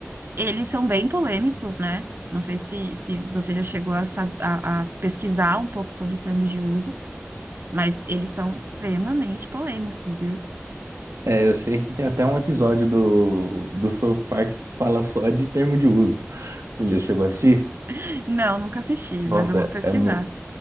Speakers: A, on the right; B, on the right.
A: Eles são bem polêmicos, né? Não sei se, se você já chegou a, sa- a- a pesquisar um pouco sobre os termos de uso, mas eles são extremamente polêmicos, viu?
B: É, eu sei que tem até um episódio do, do South Park que fala só de termo de uso. Já chegou a assistir?
A: <laughs> Não, nunca assisti,
B: Nossa,
A: mas eu vou pesquisar.
B: é, é, mu-